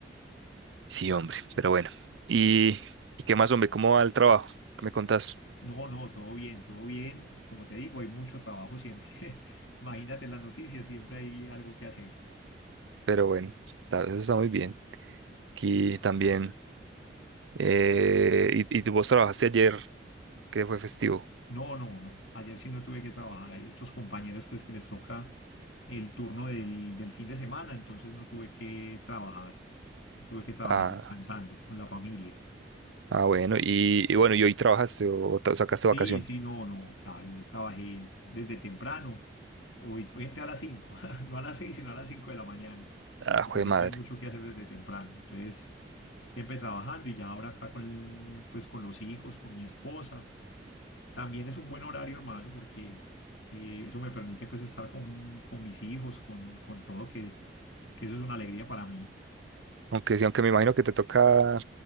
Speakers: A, on the right (about 85°); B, on the left (about 80°).
A: Sí, hombre, pero bueno. ¿Y, y qué más, hombre? ¿Cómo va el trabajo? ¿Qué me contás?
B: No, no, todo bien, todo bien. Como te digo, hay mucho trabajo siempre. <laughs> Imagínate en las noticias, siempre hay algo que hacer.
A: Pero bueno, está, eso está muy bien. Aquí también. eh, y, y tú vos trabajaste ayer, que fue festivo.
B: No, no, no. Ayer sí no tuve que trabajar. Hay otros compañeros pues que les toca el turno del, del fin de semana, entonces no tuve que trabajar. No tuve que trabajar
A: Ah,
B: descansando con la familia.
A: ah bueno. Y, y bueno, ¿y hoy trabajaste o, o te- sacaste
B: Sí,
A: vacación?
B: sí, no, no, claro. Hoy trabajé desde temprano. Hoy, hoy entré a las 5, <laughs> no a las 6, sino a las 5 de la mañana,
A: Ah,
B: porque
A: jue
B: siempre
A: de madre.
B: hay mucho que hacer desde temprano. Entonces, siempre trabajando y ya ahora acá con, pues, con los hijos, con mi esposa. También es un buen horario, hermano, porque eh, eso me permite pues estar con, con mis hijos, con, con todo, que, que eso es una alegría para mí.
A: Aunque sí, aunque me imagino que te toca,